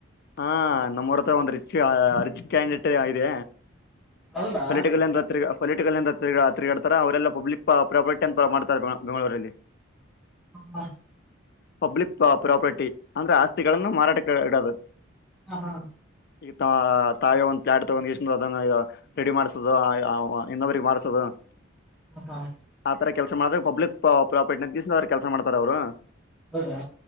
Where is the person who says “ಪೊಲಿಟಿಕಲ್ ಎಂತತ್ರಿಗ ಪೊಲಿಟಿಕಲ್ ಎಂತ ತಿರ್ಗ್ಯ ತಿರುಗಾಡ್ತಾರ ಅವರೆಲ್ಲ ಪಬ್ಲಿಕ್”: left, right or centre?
Left